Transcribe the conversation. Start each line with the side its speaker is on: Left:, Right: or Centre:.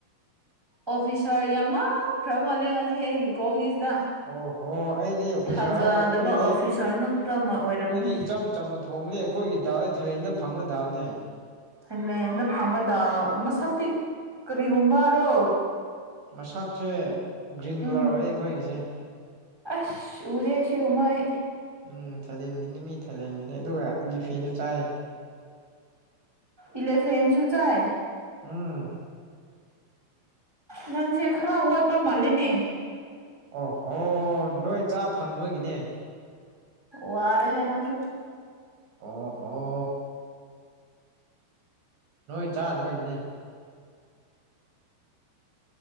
Centre: ꯑꯣꯐꯤꯁꯥꯔ ꯌꯥꯝ ꯃꯥꯟꯈ꯭ꯔ ꯃꯥꯜꯂꯦ ꯉꯁꯤ ꯑꯩꯒꯤ ꯀꯣꯂꯦꯖꯇ
Right: ꯑꯣ ꯍꯣ ꯑꯩꯗꯤ ꯑꯣꯐꯤꯁꯥꯔ
Centre: ꯊꯥꯖꯗꯕ
Right: ꯍꯥꯏꯕꯨ ꯑꯩꯈꯣꯏꯗꯤ
Centre: ꯑꯣꯐꯤꯁꯥꯔ ꯉꯥꯛꯇꯃꯛ ꯑꯣꯏꯔꯝꯒꯅꯤ
Right: ꯑꯩꯈꯣꯏꯗꯤ ꯏꯆꯝ ꯆꯝꯅ ꯊꯣꯡꯕꯅꯦ ꯑꯩꯈꯣꯏꯒꯤ ꯗꯥꯜꯗ ꯊꯥꯂꯦꯟꯘ ꯐꯪꯕ ꯗꯥꯜꯅꯦ
Centre: ꯊꯥꯏꯂꯦꯟꯗ ꯐꯝꯕꯗ ꯃꯁꯛꯇꯤ ꯀꯔꯤꯒꯨꯝꯕꯔꯣ
Right: ꯃꯁꯛꯁꯦ ꯒ꯭ꯔꯤꯟ
Centre: ꯎꯝ
Right: ꯀꯂꯔ ꯑꯣꯏꯌꯦꯦꯑꯩꯈꯣꯏꯒꯤꯁꯦ
Centre: ꯑꯁ ꯎꯗꯦ ꯁꯤꯒꯃꯥꯏ
Right: ꯎꯝ ꯊꯥꯂꯦꯟꯒꯤꯅꯤ ꯃꯤ ꯊꯥꯏꯂꯦꯟꯒꯤꯅꯤ ꯑꯗꯨꯒ ꯏꯂꯤꯐꯦꯟꯁꯨ ꯆꯥꯏꯑ
Centre: ꯏꯂꯤꯐꯦꯟꯁꯨ ꯆꯥꯏ
Right: ꯎꯝ
Centre: ꯅꯪꯁꯦ ꯈꯔ ꯋꯥꯠꯄ ꯃꯥꯜꯂꯤꯅꯦ
Right: ꯑꯣꯍꯣꯏ ꯅꯣꯏ ꯆꯥ ꯐꯪꯗꯕꯒꯤꯅꯦ
Centre: ꯋꯥꯔꯦ ꯍꯦ ꯅꯪꯁꯨ
Right: ꯑꯣꯍꯣ ꯅꯣꯏ ꯆꯥꯗꯕꯒꯤꯅꯦ